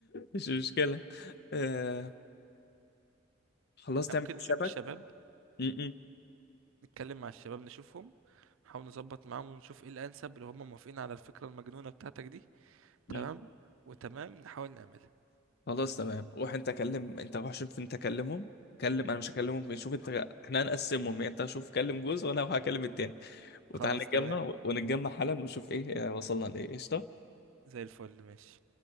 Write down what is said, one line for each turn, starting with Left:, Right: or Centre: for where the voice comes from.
Left: مش مشكلة آه خلاص
Right: احنا
Left: تعمل
Right: ممكن
Left: حسابك
Right: نشوف الشباب
Left: م- م-
Right: نتكلم مع الشباب نشوفهم نحاول نظبط معاهم ونشوف ايه الانسب اللي هم موافقين على الفكرة المجنونة بتاعتك دي
Left: م.
Right: تمام وتمام نحاول نعملها
Left: خلاص تمام روح انت كلم انت روح شوف انت كلمهم كلم انا مش هكلمهم شوف انت احنا هنقسمهم يعني انت شوف كلم جوز وانا هكلم التاني وتعال
Right: خلاص
Left: نتجمع
Right: تمام
Left: ونتجمع حالا ونشوف ايه آه، وصلنا لايه قشطة
Right: زي الفل ماشي